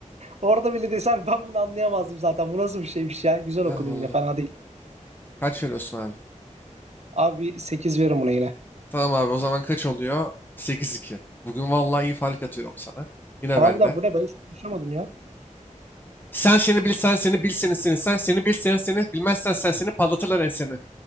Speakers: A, on the right; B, on the left.
A: orada bile desem ben bunu anlayamazdım zaten. Bu nasıl bir şeymiş ya? Güzel okudun
B: Ha vallahi.
A: yine fena değil.
B: Kaç veriyorsun abi?
A: Abi 8 veririm buna yine.
B: Tamam abi o zaman kaç oluyor? sekiz iki Bugün vallahi iyi fark atıyorum sana. Yine
A: Harbiden
B: bende.
A: bu ne? Ben hiç konuşamadım ya.
B: Sen seni bil sen seni bil seni seni sen seni bil seni seni bilmezsen sen seni patlatırlar enseni.